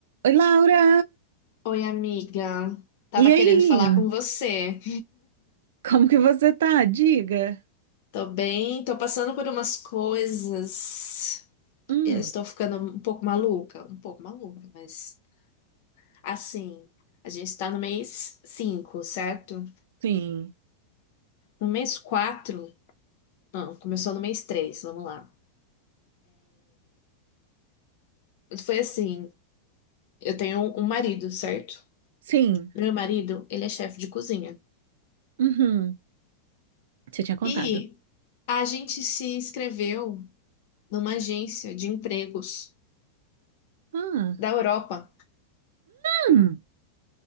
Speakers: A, on the right; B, on the left.
A: Oi, Laura!
B: Oi, amiga. Tava
A: E aí?
B: querendo falar com você.
A: Como que você tá? Diga.
B: <laughs> Tô bem, tô passando por umas coisas.
A: Hum,
B: Eu estou ficando um pouco maluca, um pouco maluca, mas assim, a gente tá no mês 5, certo?
A: sim,
B: No mês 4? não, começou no mês 3. vamos lá. Foi assim, eu tenho um marido, certo?
A: sim.
B: Meu marido, ele é chefe de cozinha.
A: Uhum. Você tinha contado.
B: E a gente se inscreveu numa agência de empregos
A: Ah.
B: da Europa.
A: Hum,